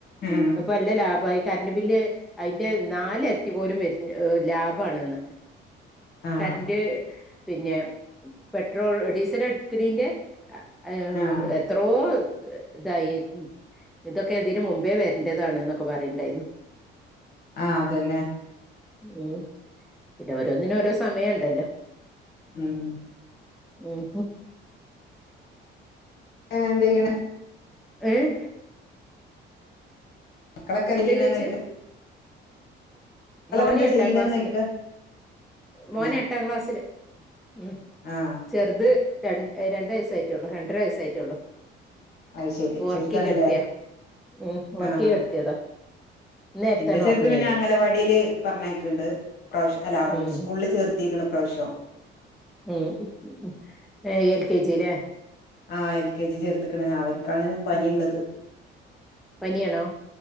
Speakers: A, on the left; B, in the centre.
A: ആഹ്
B: അപ്പ നല്ല ലാഭാ ആ ഈ കറണ്ട് ബില്ല് അയിന്റെ നാലെരട്ടി പോലും വെര് ലാഭാണ്ന്ന്
A: ആഹ്
B: കറന്റ് പിന്നെ പെട്രോൾ ഡീസൽ എടുക്കടീന്റെ <unintelligible>
A: ആഹ്
B: എത്രോ ഇതായി ഇതൊക്കെ ഇതിന് മുമ്പേ വെരണ്ടതേനൂന്ന് ഒക്കെ പറയുണ്ടായിരുന്നു
A: ആഹ് അതന്നെ
B: ഉം പിന്നെ ഓരോന്നിനും ഓരോ സമയ ഇണ്ടല്ലോ
A: ഉം
B: ഉം
A: <unintelligible> എന്ത് ചെയ്യും
B: ഏഹ്
A: മക്കളൊക്കെ എന്ത്
B: എന്താ
A: ചെയ്യണ്
B: ചോയിച്ചേ
A: ചോയിക്കാ
B: മോന്
A: എന്താ
B: എട്ടാം
A: ചെയ്യണ്ന്ന്
B: ക്ലാസ്സില്
A: ചോയിക്ക
B: മോൻ
A: അന്നെ
B: എട്ടാം ക്ലാസ്സില് ഉം
A: ആഹ്
B: ചെറുത് രണ്ട് രണ്ട് വയസ്സ് രണ്ടര വയസ്സ് ആയിട്ടേള്ളൂ
A: അത് ശെരി
B: അപ്പൊ ഒറക്കി
A: ചെറുതാണല്ലേ
B: കെടത്തിയാ ഉം ഒറക്കി
A: ആഹ്
B: കെടുത്തിയതാ നേരത്താണ്
A: എന്റെ ചെറുത്
B: ഉറങ്ങേ
A: പിന്നെ അംഗനവാടീല് പറഞ്ഞയക്കണ്ട് ഇപ്രാവശ്യം അല്ല
B: ഉം
A: സ്കൂളിൽ ചേർത്തിക്കണ് ഇപ്രാവശ്യം
B: ഉം ഏഹ് എൽ കെ ജില്ലേ
A: ആഹ് എൽ കെ ജി ചേർത്ത്ക്കണ്‌ അവൻക്കാണ് പനി
B: ഉം
A: ഇള്ളത്
B: പനിയാണോ